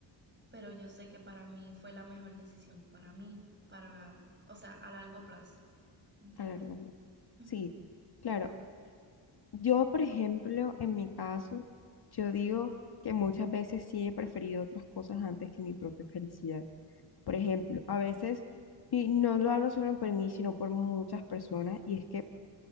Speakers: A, on the right; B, on the left.
A: pero yo sé que para mí fue la mejor decisión, para mí, para, o sea, a largo plazo, ¿me entiendes?
B: a largo plazo.
A: Ujú.
B: Sí, claro. Yo, por ejemplo, en mi caso, yo digo que muchas veces sí he preferido otras cosas antes que mi propia felicidad. Por ejemplo, a veces, y no lo hablo solo por mí, sino por muchas personas, y es que